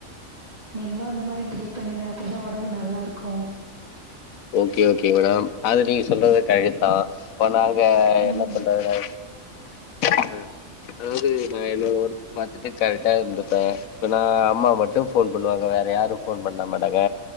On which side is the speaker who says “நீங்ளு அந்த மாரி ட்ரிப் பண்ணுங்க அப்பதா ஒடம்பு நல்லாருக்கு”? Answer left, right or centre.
Right